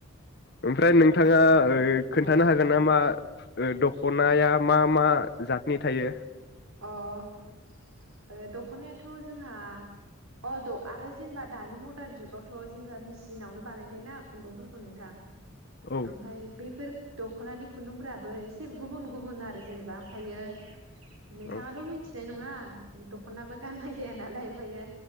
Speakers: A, on the left; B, on the right.
A: ओमफ्राय नोंथाङा
B: होमबा
A: ओ खोन्थानो
B: ओं
A: हागोन नामा <unintelligible> ओ दखनाया मा मा जातनि थायो?
B: अ ओ दखनायाथ' जोंहा अ आरो जेनेबा दानि मदार्न जुगावथ' जेनेबा मेचिनावनो बानायनाय ना खुन्दुंफोरखौ नोंथां।
A: औ
B: ओमफ्राय बेफोर दखनानि खुन्दुंफोराबो एसे गुबुन गुबुन आरो जेनेबा ओमफायो नोंथाङाथ'
A: औ
B: मिनथिनाय न ङा दख'नाबो गाननाय जाया नालाय आमफायो